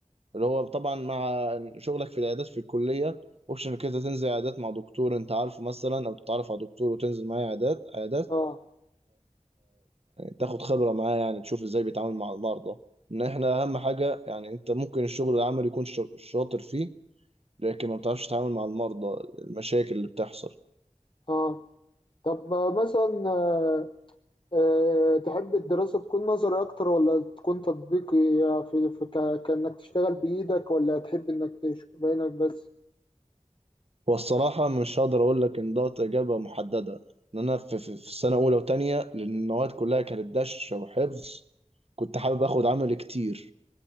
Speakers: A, on the right; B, on the left.
A: اللي هو طبعا مع شغلك في العيادات في الكليه اوبشن كده تنزل عيادات مع دكتور انت عارفه مثلا او تتعرف على دكتور وتنزل معاه عيادات عيادات
B: اه
A: تاخد خبرة معاه يعني تشوف ازاي بيتعامل مع المرضى ان احنا اهم حاجة يعني انت ممكن الشغل العملي يكون شا- شاطر فيه لكن ما بتعرفش تتعامل مع المرضى المشاكل اللي بتحصل
B: اه طب آه، مثلا آه، أه تحب الدراسة تكون نظري أكتر ولا تكون تطبيقي يعني في, في ك- كأنك تشتغل بإيدك ولا تحب إنك تشوف بعينك بس؟
A: هو الصراحة مش هقدر اقول لك ان ده اجابة محددة ان انا في, في, في السنة اولى وتانية لان المواد كلها كانت دشة وحفظ كنت حابب اخد عمل كتير